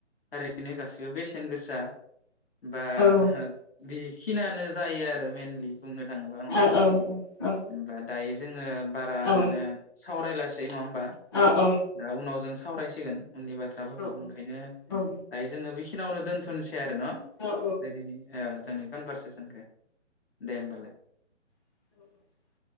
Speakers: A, on the left; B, on the left.
A: ओरैनो गासिबो बेसेन गोसा दा बा
B: औ
A: बेखिनियानो जायो आरो मेइनलि बुंनो थाङोबा नङा होमबा
B: औ औ औ
A: होमबा दायो जोङो बारा
B: औ
A: माने सावरायलासै नङा होम
B: औ औ
A: दा उनाव जों सावरायसिगोन उननि बाथ्राफोरखौ
B: औ
A: ओंखायनो
B: औ
A: दायो जोङो बे खिनावनो दोनथनोसै आरो ना
B: औ
A: दिनैनि ओ जोंनि कनभारसेसनखौ दे होमबालाय।
B: <inaudible>